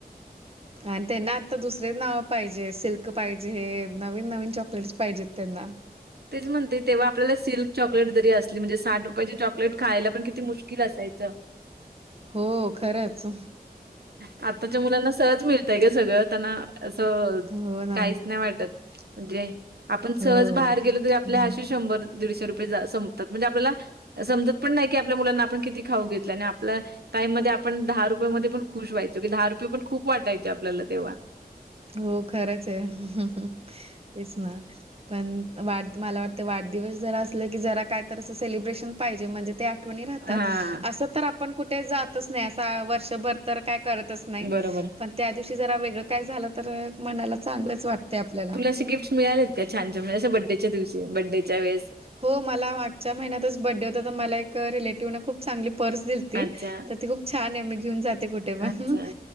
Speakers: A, on the right (about 35°); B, on the right (about 80°).
A: आणि त्यांना आत्ता दुसरे नाव पाहिजे सिल्क पाहिजे नवीन नवीन चॉकलेटस पाहिजेत त्यांना.
B: तेच म्हणते तेव्हा आपल्याला सिल्क चॉकलेट जरी असली म्हणजे साठ रुपयाची चॉकलेट खायला पण किती मुश्किल असायचं.
A: हो, खरंच.
B: आताच्या मुलांना सहज मिळतय ग. सगळं त्यांना अस
A: हो ना.
B: काहीच नाही वाटत म्हणजे आपण
A: हो.
B: सहज बाहेर गेलो तरी आपल्या अशी डे रात म्हणजे आपल्या समजत पण आपल्या मुलांना आपण कि खऊ घ आणि आपलं टाईम मध्ये आपण दहा रुपये मध्ये पण खुश व्हायचो की दहा रुपये पण खूप वाटायचे आपल्याला तेव्हा.
A: हो खरंच आहे तेच ना. पण वाढ मला वाटत वाढदिवस जरा असलं की जरा काय तर असं सेलिब्रेशन पाहिजे म्हणजे आठवणी राहतात
B: हां,
A: अस तर आपण कुठे जातच नाही वर्षभर तर काय करतच नाही
B: बरोबर
A: पण त्या दिवशी जरा वेगळं काय झालं तर मनाला चांगलंच वाटतं आपल्याला.
B: तुला असे गिफ्टस मिळाले. त्या छान छ म्हणजे असं बड्डेच्या दिवशी बड्डेच्या वळेस.
A: हो मला मागच्या महिन्यातच बर््डे होता तर मला एक रिलेटिव्ह न खूप चांगली पर्स दि
B: अच्छा,
A: तर ती खूप छान नेहमी घेऊन जाते कुठे पण
B: अच्छा.